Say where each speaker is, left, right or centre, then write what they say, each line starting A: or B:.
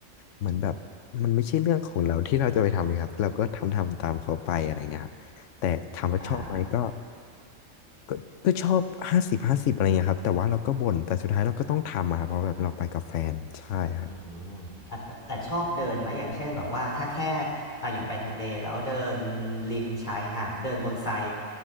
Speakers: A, on the left; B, on the left.
A: เหมือนแบบมันไม่ใช่เรื่องของเราที่เราจะไปทำเลยครับเราก็ทำทำตามเขาไปอะไรเงี้ยครับแต่ถามว่าชอบไหมก็
B: อ่า
A: ก็ก็ชอบห้าสิบห้าสิบอะไรเงี้ยครับแต่ว่าเราก็บ่นแต่สุดท้ายเราก็ต้องทำอะครับเพราะแบบเราไปกับแฟนใช่ครับ
B: อืมอ่ะแต่แต่ชอบเดินไหมอย่างเช่นแบบว่าถ้าแค่อ่ะอย่างไปทะเลแล้วเดินริมชายหาดเดินบนทราย